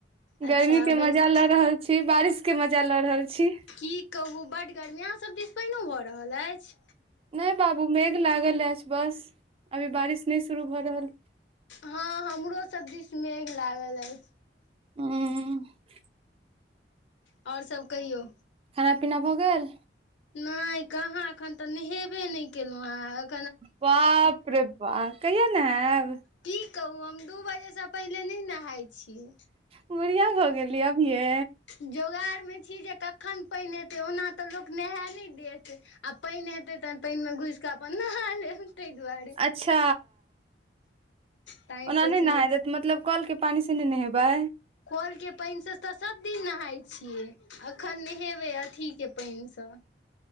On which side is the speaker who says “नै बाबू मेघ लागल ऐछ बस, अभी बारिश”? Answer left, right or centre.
Right